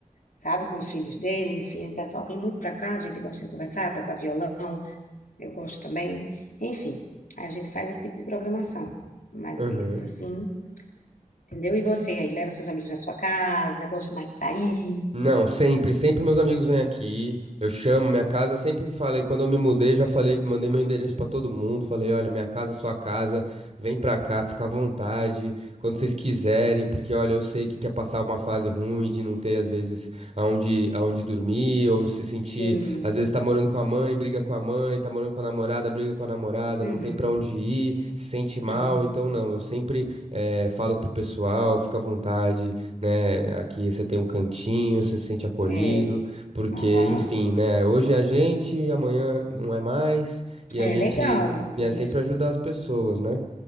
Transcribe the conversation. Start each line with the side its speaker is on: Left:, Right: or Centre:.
Left: sabe? Com os filhos dele, enfim, o pessoal vem muito para cá, a gente gosta de conversar, tocar violão, eu gosto também, enfim. Aí a gente faz esse tipo de programação, mais
Right: Aham.
Left: vezes, assim, entendeu? E você aí, leva seus amigos na sua casa, gosta mais de sair?
Right: Não, sempre, sempre meus amigos vêm aqui, eu chamo, minha casa, sempre falei, quando eu me mudei, já falei, mandei meu endereço pra todo mundo, falei, olha, minha casa, sua casa, vem pra cá, fica à vontade, quando vocês quiserem, porque olha, eu sei que quer passar uma fase ruim de não ter, às vezes, aonde, aonde dormir, ou se sentir,
Left: Sim.
Right: às vezes tá morando com a mãe, briga com a mãe, tá morando com a namorada, briga com a namorada,
Left: Uhum,
Right: não tem pra onde ir, se sente mal,
Left: uhum.
Right: então não, eu sempre eh, falo pro pessoal, fica à vontade, né? Aqui você tem um cantinho, você se sente acolhido,
Left: É,
Right: porque,
Left: aham.
Right: enfim, né? Hoje é a gente, amanhã não é mais, e
Left: É
Right: a gente
Left: legal
Right: e
Left: isso.
Right: é sempre ajudar as pessoas, né?